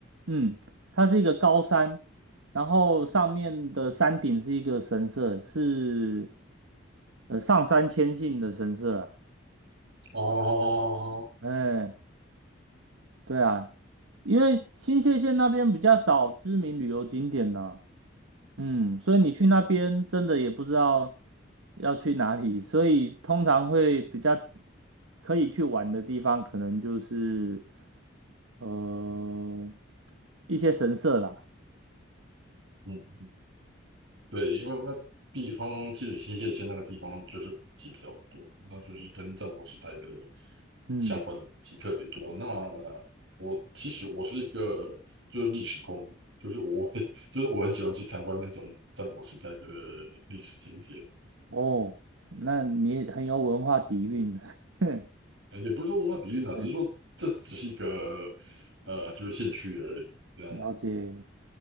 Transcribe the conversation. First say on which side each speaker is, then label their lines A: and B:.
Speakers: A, on the right (about 80°); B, on the right (about 65°).
A: 嗯，它是一个高山，然后上面的山顶是一个神社，是呃上山谦信的神社啊
B: 哦，
A: 哎，对啊，因为新泻县那边比较少知名旅游景点呢、嗯，所以你去那边真的也不知道要去哪里，所以通常会比较可以去玩的地方，可能就是呃一些神社啦。
B: 嗯，对，因为那地方积累新泻县那个地方就是古迹比较多，那就是跟战国时代的
A: 嗯。
B: 相关的古迹特别多。那我其实我是一个就是历史控，就是我会 <laughs> 就是我很喜欢去参观那种战国时代的历史景点。
A: 哦，那你很有文化底蕴的，<laughs>
B: 呃也不是说文化底蕴啊，只是说这只是一个呃，
A: 嗯，
B: 就是兴趣而已。对样，
A: 了解，